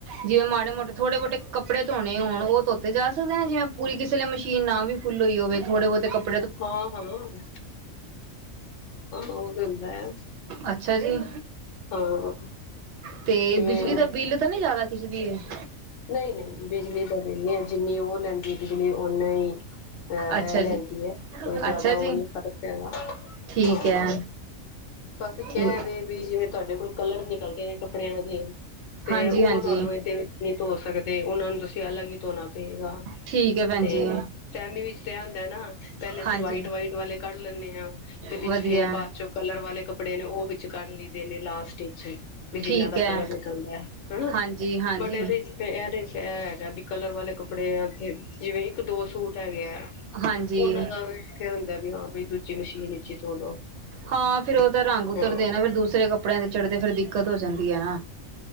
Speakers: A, on the right; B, on the left.
A: ਜਿਵੇਂ ਮਾੜੇ ਮੋਟੇ ਥੋੜ੍ਹੇ ਮੋਟੇ ਕੱਪੜੇ ਧੋਣੇ ਹੋਣ ਉਹ ਧੋਤੇ ਜਾ ਸਕਦੇ ਨੇ ਜਿਵੇਂ ਪੂਰੀ ਕਿਸੇ ਲਈ ਮਸ਼ੀਨ ਨਾ ਵੀ ਫੁੱਲ ਹੋਈ ਹੋਵੇ ਥੋੜ੍ਹੇ ਬਹੁਤੇ ਕੱਪ
B: ਹਾਂ-ਹਾਂ-ਹਾਂ-ਹਾਂ, ਉਹ ਤੇ ਹੁੰਦਾ ਹੈ
A: ਅੱਛਾ ਜੀ
B: ਹਾਂ।
A: ਤੇ
B: ਜਿਵੇਂ
A: ਬਿਜਲੀ ਦਾ ਬਿੱਲ ਤਾਂ ਨਹੀਂ ਜ਼ਿਆਦਾ ਖਿੱਚਦੀ ਇਹ
B: ਨਹੀਂ-ਨਹੀਂ, ਬਿਜਲੀ ਦਾ ਬਿੱਲ ਨਹੀ ਹੈ ਜਿੰਨੀ ਉਹ ਲੈਂਦੀ ਬਿਜਲੀ ਉਨਾ ਹੀ ਅਹ
A: ਅੱਛਾ
B: ਇਹ ਲੈਂਦੀ।
A: ਜੀ
B: ਕੋਈ ਜ਼ਿਆਦਾ
A: ਅੱਛਾ ਜੀ
B: ਉਹ ਨੀ ਫਰਕ ਹੈਗਾ
A: ਠੀਕ
B: ਹਾਂ,
A: ਹੈ
B: ਬਸ ਕਹਿ
A: ਠੀਕ
B: ਵੇ ਵੀ ਜਿਵੇਂ ਤੁਹਾਡੇ ਕੋਲ ਕਲਰ ਨਿਕਲਗੇ ਨੇ ਕੱਪੜਿਆਂ ਦੇ ਤੇ
A: ਹਾਂਜੀ
B: ਉਹ
A: ਹਾਂਜੀ
B: ਤੁਹਾਨੂੰ ਇਹਦੇ ਵਿੱਚ ਨੀ ਧੋਹ ਸਕਦੇ ਉਹਨਾਂ ਨੂੰ ਅਲੱਗ ਧੋਣਾ ਪਏਗਾ,
A: ਠੀਕ ਹੈ ਭੈਣ
B: ਤੇ
A: ਜੀ
B: ਸੈਮੀ ਵਿੱਚ ਤੇ ਇਹ ਹੁੰਦਾ ਨਾ ਪਹਿਲੇ ਅਸੀਂ
A: ਹਾਂਜੀ
B: ਵਾਈਟ-ਵਾਈਟ ਵਾਲੇ ਕੱਢ ਲੈਂਨੇ ਆ ਤੇ ਵਿੱਚ
A: ਵਧੀਆ
B: ਫੇਰ ਬਾਅਦ ਚੋਂ ਕਲਰ ਵਾਲੇ ਨੇ ਉਹ ਵਿੱਚ ਕਰ ਲਈ ਦੇ ਨੇ ਲਾਸਟ ਵਿਚ ਵੀ ਜਿੰਨਾਂ
A: ਠੀਕ
B: ਦਾ
A: ਹੈ
B: ਕਲਰ ਨਿਕਲਦਾ ਹਨਾ,
A: ਹਾਂਜੀ ਹਾਂਜੀ
B: ਬਟ ਇਹਦੇ ਇਹਦੇ ਚ ਇਹ ਹੈਗਾ ਬਈ ਕਲਰ ਵਾਲੇ ਕੱਪੜੇ ਆ ਤੇ ਜਿਵੇਂ, ਇੱਕ ਦੋ ਸੂਟ ਹੈਗੇ ਆ।
A: ਹਾਂਜੀ
B: ਉਹਨਾਂ ਦਾ ਵੀ ਫਿਰ <unintelligible> ਵੀ ਹਾਂ ਬਈ ਦੂਜੀ ਮਸ਼ੀਨ ਵਿੱਚ ਹੀ ਧੋਲੋ।
A: ਹਾਂ, ਫਿਰ ਉਹ ਤਾਂ ਰੰਗ ਉਤਰਦੇ
B: ਹਾਂ-ਹਾਂ,
A: ਨਾ ਫਿਰ ਦੂਸਰੇ ਕੱਪੜਿਆਂ ਤੇ ਚੜ੍ਹਦੇ ਫਿਰ ਦਿੱਕਤ ਹੋ ਜਾਂਦੀ ਹੈ ਨਾ